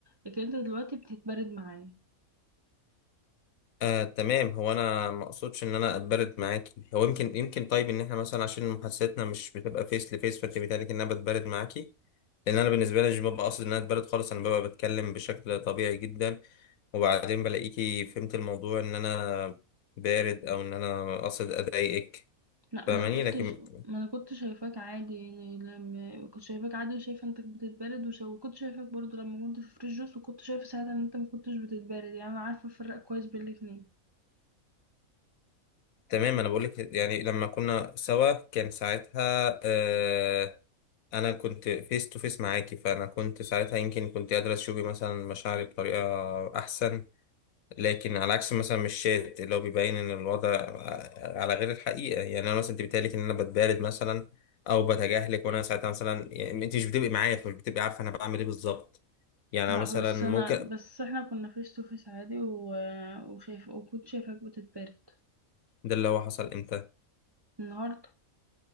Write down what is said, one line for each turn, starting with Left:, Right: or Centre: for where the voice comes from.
Right: لكن انت دلوقتي بتتبرد معايا
Left: آه تمام هو انا ما اقصدش ان انا اتبرد معاكي هو يمكن يمكن طيب ان احنا مثلا عشان محادثتنا مش بتبقى فيس لفيس فانت بيتهيألك ان انا بتبرد معاكي لان انا بالنسبة لي مش ببقى قاصد ان انا اتبرد خالص انا ببقى بتكلم بشكل طبيعي جدا وبعدين بلاقيكي فهمت الموضوع ان انا بارد او ان انا قاصد اضايقك
Right: لا
Left: فاهماني
Right: ما انا كنت
Left: لكن
Right: ما انا كنت شايفاك عادي يعني لما كنت شايفاك عادي وشايفه انك بتتبرد وش... وكنت شايفاك برضو لما كنت في فريش جوس وكنت شايفه ساعتها ان انت ما كنتش بتتبرد يعني انا عارفه افرق كويس بين الاتنين
Left: تمام انا بقول لك يعني لما كنا سوا كان ساعتها آه انا كنت فيس تو فيس معاكي فانا كنت ساعتها يمكن كنت قادره تشوفي مثلا مشاعري بطريقه احسن لكن على عكس مثلا مش الشات اللي هو بيبين ان الوضع على غير الحقيقه يعني انا مثلا انت بتقالك ان انا بتبارد مثلا او بتجاهلك وانا ساعتها مثلا يعني انت مش بتبقي معايا فمش بتبقي عارفه انا بعمل ايه بالظبط يعني
Right: لا
Left: أنا مثلا
Right: بس
Left: ممكن
Right: انا بس احنا كنا فيس تو فيس عادي و... وشايف وكنت شايفاك بتتبرد
Left: ده اللي هو حصل امتى
Right: النهارده